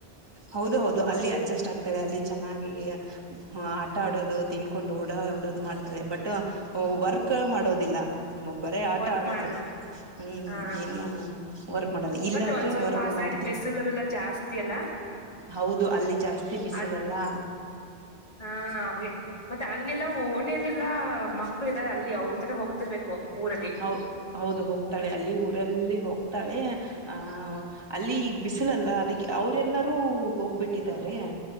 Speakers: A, on the right; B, on the left.
A: ಹೌದು ಹೌದು ಅಲ್ಲಿ ಅಡ್ಜಸ್ಟ್ ಆಗ್ತಾಳೆ ಅಲ್ಲಿ ಚೆನ್ನಾಗಿ. ಹಾ ಆಟ ಆಡೋದು ತಿನ್ಕೊಂಡು ಓಡು ಓಡೋದು ಮಾಡ್ತಾಳೆ ಬಟ್
B: ಹ
A: ವರ್ಕ್ ಮಾಡೋದಿಲ್ಲಾ. ಬರೇ ಆಟ
B: ವರ್ಕ್
A: ಆಡೋದು.
B: ಮಾಡಲ್ಲ
A: ಹ್ಮ್
B: ಆ
A: ಏನು ವರ್ಕ್ ಮಾಡಲ್ಲ ಇಲ್ಲಾದ್ರೆ
B: ಬಟ್ ಒಂದ್ ಸ್ವಲ್ಪ
A: ವರ್ಕ್
B: ಆ ಸೈಡ್
A: ಮಾಡ್ತಾಳೆ.
B: ಬಿಸಿಲುಲ್ಲ ಜಾಸ್ತಿ ಅಲ್ಲ
A: ಹೌದು ಅಲ್ಲಿ ಜಾಸ್ತಿ ಬಿಸಿಲಲ್ಲಾ.
B: ಅದ್ ಹಾ ಮತ್ತೆ ಅಲ್ಲೆಲ್ಲಾ ಓಣಿಯಲ್ಲೆಲ್ಲಾ ಮಕ್ಳು ಇದ್ದಾರೆ ಅಲ್ಲಿ ಅವ್ರ ಜೊತೆನೆ ಹೋಗ್ತಿರ್ಬೇಕು ಊರಲ್ಲಿ.
A: ಹೌ ಹೌದು ಹೋಗ್ತಾಳೆ ಅಲ್ಲಿ ಊರಲ್ಲಿ ಹೋಗ್ತಾಳೆ ಆ ಅಲ್ಲಿ ಈ. ಬಿಸಿಲಲ್ಲಾ ಅಂದಕ್ಕೆ ಅವ್ರಲ್ಲರೂ ಹೋಗ್ಬಿಟ್ಟಿದ್ದಾರೆ.